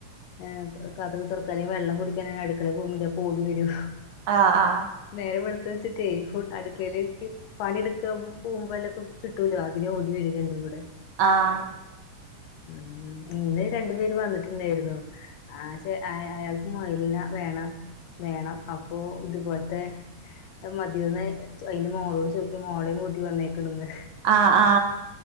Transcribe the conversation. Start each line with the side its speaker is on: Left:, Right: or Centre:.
Left: ഏഹ് കതക് തുറക്കാല്ലേ വെള്ളം കുടിക്കാന അടുക്കള പോവുമ്പം ഓടി വരും
Right: ആഹ് ആഹ്
Left: നേരം വെളുത്തുവെച്ചിട്ടെ ഫുൾ അടുക്കളയിലേക്ക് പണിയെടുക്കാ പൂമ്പോല്ലൊക്കെ കിട്ടൂലോ അതിനെ ഓടി വരും എന്റെ കൂടെ
Right: ആഹ്
Left: ഉം ഇന്ന് രണ്ടു പേര് വന്നിട്ടുണ്ടായിരുന്നു ആഹ് ച അയാൾക്ക് മൊയലിനെ വേണം വേണം അപ്പോ ഇതുപോലത്തെ ഇത് മതിയോന്ന് അയിൻറ്റെ മോളോട് ചോദിച്ച് മോളേം കൂട്ടി വന്നേക്കണിന്ന്
Right: ആ ആ